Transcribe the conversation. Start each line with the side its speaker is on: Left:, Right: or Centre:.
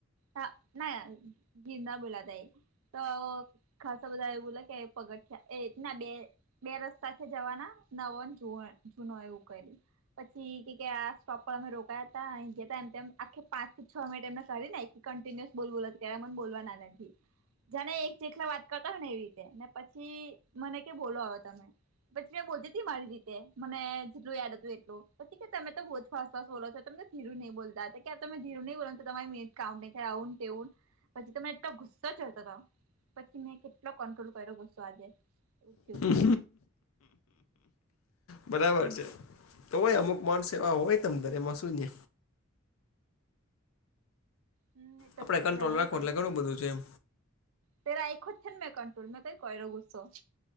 Right: હઅ, ના ગિરનાર બોલ્યા તા એ તો ખાસા બધા એવુ બોલા કે પગથીયા એક ના બે બે રસ્તા છે જવાના, નવો ન જુવો જૂનો એવું કર્યુ પછી કે કે આ સ્ટોપ પર અમે રોકાયા તા, અહી ગયાતાન તેમ આખી પાંચ થી છ મિનિટ એમને કાઢી નાઈ થી કન્ટિન્યુઅસ બોલ-બોલ જ કરે મન બોલવા ના નધી, જાને એક જેટલા વાત કરતા હોય ને એવી રીતે, ને પછી મને કે બોલો અવે તમે પછી મે બોલ તી મારી રીતે મને જેટલું યાદ હતું એટલુ, પછી કે તમે તો બોજ ફાસ-ફાસ બોલો છો, તમને ધીરુ નઈ બોલતા તા કે, આ તમે ધીરુ નઈ બોલવાનું કે તમારી મિનિટ કાઉન્ટ નઈ થયા આવુન-તેવુન પછી તો મે એટલો ગુસ્સો ચઢતો તો કી મે કેટલો કન્ટ્રોલ કરયો ગુસ્સો આજે એવુ થયું.
Left: <inaudible> બરાબર છે, તો હોય અમુક માણસો એવા હોય તમ તારે એમાં શું છે.
Right: હમ, એ તો
Left: આપણે
Right: છે
Left: કંટ્રોલ
Right: જ અવે હુ
Left: રાખો
Right: કરીશું?
Left: એટલે ઘણું બધું છે એમ
Right: તે રાયખો છે ન મે કંન્ટ્રોલ મેં કઈ કર્યો ગુસ્સો